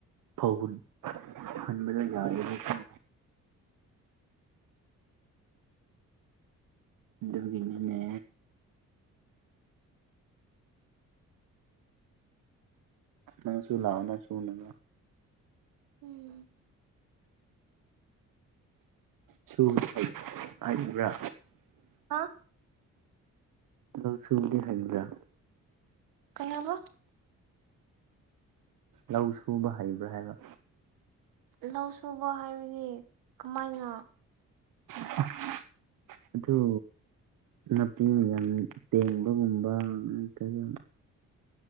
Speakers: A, on the right (about 70°); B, on the right (about 85°).
A: ꯐꯧ ꯍꯨꯟ ꯍꯨꯟꯕꯗꯣ ꯌꯥꯗꯦꯕ ꯀꯣ ꯑꯗꯨꯒꯤꯅꯤꯅꯦ ꯅꯪꯁꯨ ꯂꯥꯛꯑꯣ ꯅ ꯁꯨꯅꯕ
B: ꯎꯝ
A: ꯁꯨꯕꯗꯤ ꯍꯩ ꯍꯩꯕ꯭ꯔꯥ
B: ꯍꯥ
A: ꯂꯧ ꯁꯨꯕꯗꯤ ꯍꯩꯕ꯭ꯔꯥ
B: ꯀꯩ ꯍꯥꯏꯕ
A: ꯂꯧ ꯁꯨꯕ ꯍꯩꯕ꯭ꯔꯥ ꯍꯥꯏꯕ
B: ꯂꯧ ꯁꯨꯕ ꯍꯥꯏꯕꯗꯤ ꯀꯃꯥꯏꯅ
A: <unintelligible> ꯑꯗꯨ ꯅꯥꯄꯤꯡ ꯌꯥꯝ ꯄꯦꯡꯕꯒꯨꯝꯕ ꯅꯠꯇ꯭ꯔꯒ